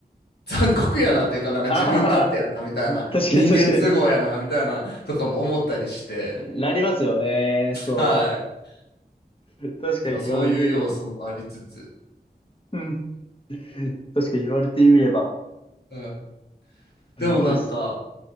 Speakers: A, on the left; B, on the left.
A: 残酷やなっていうかなんか自分勝手やなみたいな人間都合やなみたいなとかも思ったりして
B: ああ、確かに確かに。なりますよね。そ
A: はい。
B: う。確かに言われてみれば。
A: でもそういう要素もありつつ。
B: うん。確かに言われてみれば。
A: うん、
B: すごいっす。
A: でもなんか